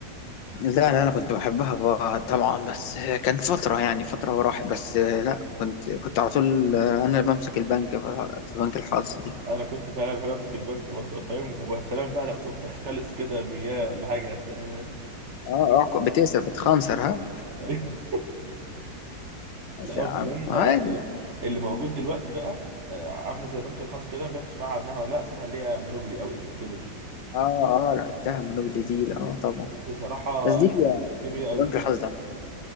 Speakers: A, on the left; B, on the right.
A: لا لا انا كنت بحبها بقى طبعا بس كانت فتره يعني فتره وراحت بس لا كنت كنت على طول انا اللي بمسك البنك في في بنك الحظ دي
B: انا كنت فعلا بحب امسك البنك برضه فاهم وسلام بقى لو تقوم تختلس كده مياه ولا حاجة يا سلام
A: اه آه، بتكسب بتخنصر ها
B: <laughs>
A: ماشي
B: لا وكمان
A: يا عم عادي
B: اللي اللي موجود دلوقتي بقى آه، عامله زي بنك الحظ كده مش عارف تسمع عنها ولا لا اسمها اللي هي مونوبولي او ايجيبتولوجي
A: اه اه لعبتها مونوبولي دي اه طبعا
B: بصراحه
A: بس دي آه،
B: جميله
A: بنك
B: قوي
A: الحظ ده